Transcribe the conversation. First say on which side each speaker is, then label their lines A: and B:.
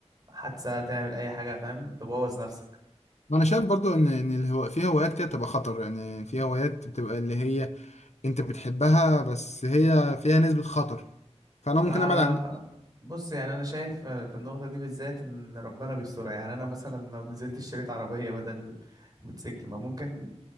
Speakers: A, on the right; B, on the left.
A: حادثة تعمل أي حاجة فاهم تبوظ نفسك
B: ما انا شايف برضو ان ان الهو... في هوايات كده بتبقى خطر يعني في هوايات بتبقى اللي هي انت بتحبها بس هي فيها نسبة خطر فانا ممكن
A: آه
B: ابعد عن
A: بص يعني أنا شايف في النقطة دي بالذات إن ربنا بيسترها يعني أنا مثلا لو نزلت اشتريت عربية بدل موتوسيكل ما ممكن